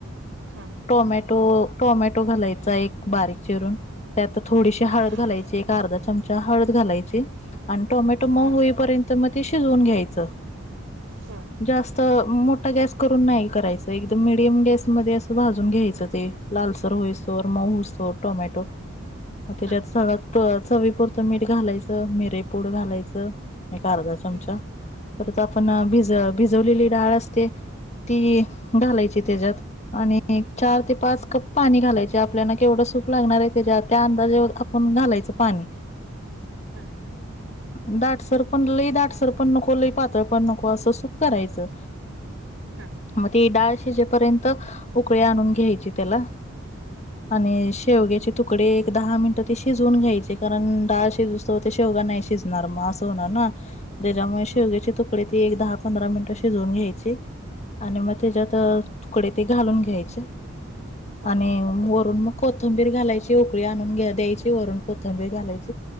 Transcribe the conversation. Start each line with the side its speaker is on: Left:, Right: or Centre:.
Right: हां
Left: टोमॅटो टोमॅटो घालायचा एक बारीक. चिरून त्यात थोडीशी हळद
Right: हां
Left: घालायची, एक अर्धा चमचा हळद घालायची आणि टोमॅटो मऊ
Right: हां
Left: होईपर्यंत मग ते शिजून घ्यायच,
Right: हां
Left: जास्त मोठा गॅस करून नाही करायचं, एकदम मीडियम गॅसमध्ये असं भाजून घ्यायचं ते लालसर होईस तोवर मऊ होईपर्यंत टोमॅटो, मग त्यात
Right: हां
Left: सगळं चवीपुरतं मीठ घालायचं मिरे पूड घालायचं, एक अर्धा चमचा.
Right: हं
Left: परत आपण
Right: हां
Left: भिज- भिजवलेली डाळ असते ती घालायची त्याच्यात आणि एक चार ते पाच कप पाणी घालायचे आपल्याला केवढं सूप लागणार आहे, त्या अंदाजे आपण घालायचं पाणी.
Right: हम.
Left: <inaudible> दाटसर पण लई दाटसर पण नको लई पातळ पण नको असं सुप करायचं.
Right: हां
Left: म ती डाळ शिजेपर्यंत उकळी आणून घ्याची त्याला आणि शेवग्याचे तुकडे एक दहा मिनिटं ते शिजून घ्यायचे, कारण डाळ शिजूस तोवर ते शेवगा नाही शिजणार मग असं होणार ना, त्याच्यामुळे शेवग्याचे
Right: हो
Left: तुकडे ते एक दहा पंधरा मिनिटं शिजवुन घ्यायची. आणि मग त्याच्यात अ तुकडे ते घालून घ्यायचे.
Right: हो
Left: आणि वरून मग कोत थंबीर घालायची, उकळी आणून घ द्यायची वरून कोथंबीर घालायची.